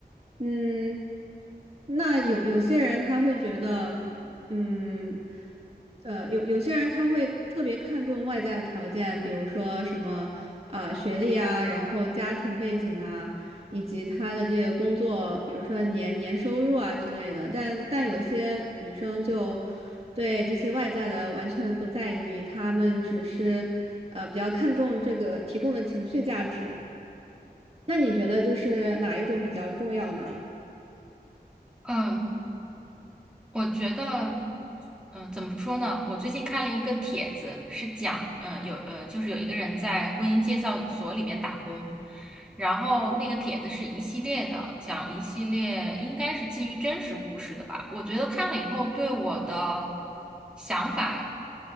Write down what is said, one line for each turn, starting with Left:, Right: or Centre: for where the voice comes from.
Right: 嗯，那有有些人他会觉得，嗯，呃，有有些人他会特别看重外在的条件，比如说什么啊、呃学历啊，然后家庭背景啊，以及他的这个工作，比如说年年收入啊之类的。但但有一些女生就对这些外在的完全不在意，她们只是呃比较看重这个提供的情绪价值。那你觉得就是哪一种比较重要呢？
Centre: 嗯，我觉得，嗯、怎么说呢？我最近看了一个帖子，是讲，嗯、有，呃，就是有一个人在婚姻介绍所里面打工，然后那个帖子是一系列的，讲一系列应该是基于真实故事的吧。我觉得看了以后对我的想法